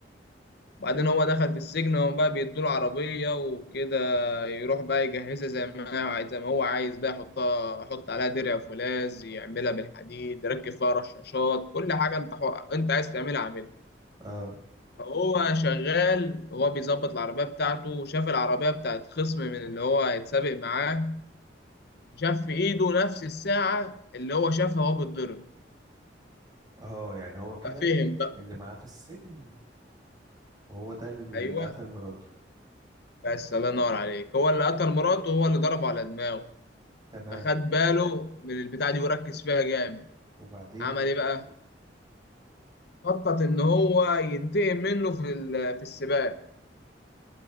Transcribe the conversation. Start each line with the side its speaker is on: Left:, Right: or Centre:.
Left: وبعدين هو دخل في السجن وهم بقى بيدوله عربية وكده يروح بقى يجهزها زي ما هي عايز زي ما هو عايز بقى يحطها يحط عليها درع فولاذ يعملها بالحديد يركب فيها رشاشات كل حاجة انت حو... انت عايز تعملها عاملها
Right: اه
Left: فهو شغال هو بيظبط العربية بتاعته وشاف العربية بتاعت خصم من اللي هو هيتسابق معاه شاف في ايده نفس الساعة اللي هو شافها وهو بيتضرب
Right: اه يعني هو كده
Left: ففهم بقى
Right: اللي معاه في السجن هو ده اللي
Left: ايوه
Right: اللي قتل مراته
Left: بس الله ينور عليك هو اللي قتل مراته وهو اللي ضربه على دماغه
Right: تمام
Left: فخد باله من البتاعة دي وركز فيها جامد
Right: وبعدين
Left: عمل ايه بقى خطط ان هو ينتقم منه في ال- في السباق